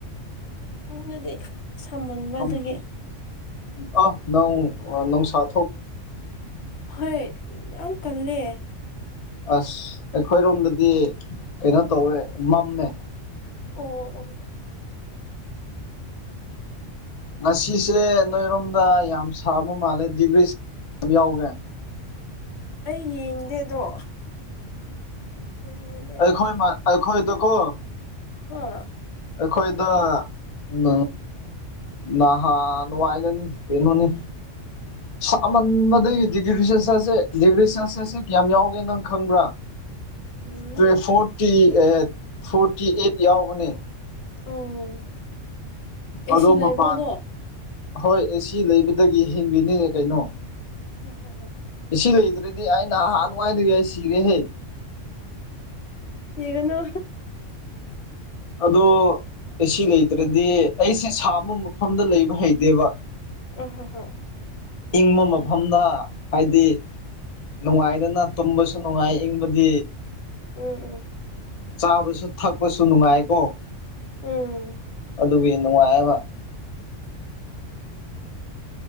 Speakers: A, on the left; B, on the left.
A: ꯎꯝꯅꯗꯤ ꯁꯝꯍꯟꯕ
B: ꯀꯝ
A: ꯑꯗꯨꯒꯤ
B: ꯑ ꯅꯧ ꯅꯧ ꯁꯥ
A: ꯍꯣꯏ ꯌꯥꯝ ꯀꯜꯂꯦ
B: ꯑꯁ ꯑꯩꯈꯣꯏꯔꯣꯝꯗꯗꯤ ꯀꯩꯅꯣ ꯇꯧꯋꯦ ꯃꯝꯃꯦ
A: ꯑꯣ ꯑꯣ ꯑꯣ
B: ꯉꯁꯤꯁꯦ ꯅꯣꯏꯔꯣꯝꯗ ꯌꯥꯝ ꯁꯥꯕ ꯃꯥꯜꯂꯦ ꯗꯤꯒ꯭ꯔꯤ ꯌꯥꯝ ꯌꯥꯎꯒꯦ
A: ꯑꯩ ꯌꯦꯡꯗꯦꯗꯣ ꯌꯦꯡꯍꯧꯗꯦ
B: ꯑꯩꯈꯣꯏꯣꯏ ꯃꯥ ꯑꯩꯈꯣꯏꯣꯏꯗꯀꯣ
A: ꯍ
B: ꯑꯩꯈꯣꯏꯗ ꯎ ꯎꯝ ꯅꯍꯥ ꯅꯅꯨꯡꯉꯥꯏꯗꯅꯤ ꯀꯩꯅꯣꯅꯤ ꯆꯃꯟꯕꯗꯒꯤ ꯗꯤꯒ꯭ꯔꯤ ꯁꯦꯜꯁꯤꯌꯁꯁꯦ ꯗꯤꯒ꯭ꯔꯤ ꯁꯦꯜꯁꯤꯌꯁꯁꯦ ꯀꯌꯥꯝ ꯌꯥꯎꯒꯦꯅ ꯅꯪ ꯈꯪꯕ꯭ꯔꯥ
A: um
B: two forty forty eight ꯌꯥꯎꯕꯅꯦ
A: ꯎꯝ ꯑꯦꯁꯤ
B: ꯑꯗꯣ
A: ꯂꯩꯕ꯭ꯔꯣ
B: ꯃꯄꯥꯟ
A: ꯗꯣ <inaudible>
B: ꯍꯣꯏ ꯑꯦ ꯁꯤ ꯂꯩꯕꯗꯒꯤ ꯍꯤꯡꯕꯤꯅꯤ ꯀꯩꯅꯣ
A: ꯍꯝ ꯍꯝ ꯍ
B: ꯁꯤ ꯂꯩꯗ꯭ꯔꯗꯤ ꯑꯩ ꯅꯍꯥꯟ ꯅꯨꯡꯉꯥꯏꯗ ꯑꯩ ꯁꯤꯔꯦꯍꯦ
A: ꯊꯤꯒꯅꯣ
B: ꯑꯗꯣ ꯑꯁꯤ ꯂꯩꯇ꯭ꯔꯗꯤ ꯑꯩꯁꯦ ꯁꯥ ꯑꯃ ꯃꯐꯝꯗ ꯂꯩꯕ ꯍꯩꯇꯦꯕ
A: <unintelligible>
B: ꯏꯪꯕ ꯃꯐꯝꯅ ꯍꯥꯏꯗꯤ ꯅꯨꯡꯉꯥꯏꯗꯅ ꯇꯨꯝꯕꯁꯨ ꯅꯨꯡꯉꯥꯏ ꯏꯪꯕꯗꯤ
A: ꯎꯝ ꯎꯝ
B: ꯆꯥꯕꯁꯨ ꯊꯛꯄꯁꯨ ꯅꯨꯡꯉꯥꯏꯀꯣ
A: ꯎꯝ
B: ꯅꯌꯥꯕ